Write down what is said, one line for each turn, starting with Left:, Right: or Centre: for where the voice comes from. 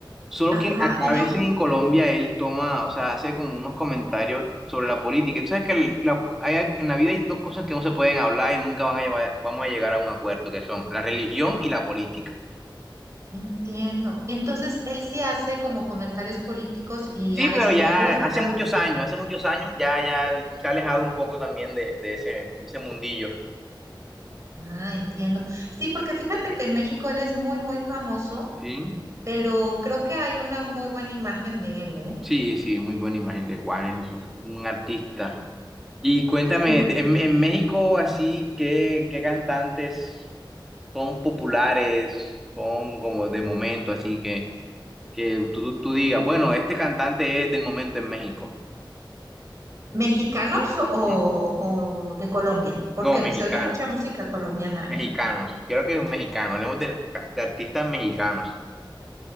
Centre: Solo
Right: Ajá,
Centre: que acá
Right: y
Centre: a
Right: yo
Centre: veces en Colombia él toma, o sea, hace como unos comentarios sobre la política. Tú sabes que el- la- hay- en la vida hay dos cosas que no se pueden hablar y nunca van a llevar- vamos a llegar a un acuerdo, que son la religión y la política.
Right: entiendo. Entonces, él sí hace como comentarios políticos y
Centre: Sí,
Right: a veces
Centre: pero ya
Right: no gusta.
Centre: hace muchos años, hace muchos años ya, ya él se ha alejado un poco también de, de ese, de ese mundillo.
Right: Ah, entiendo. Sí, porque fíjate que en México él es muy, muy famoso,
Centre: Sí,
Right: pero creo que hay una muy buena imagen de él, ¿eh?
Centre: sí, sí, muy buena imagen de Juanes, es un artista. Y cuéntame,
Right: Sí.
Centre: en, en México así, ¿qué, qué cantantes? son populares, son como de momento, así que, que tú, tú digas, bueno, este cantante es del momento en México.
Right: ¿Mexicanos o,
Centre: Mm.
Right: o de Colombia? Porque
Centre: No, mexicano,
Right: se oye mucha música colombiana,
Centre: mexicanos,
Right: ¿eh?
Centre: quiero que mexicano hablemos de, de artistas mexicanos.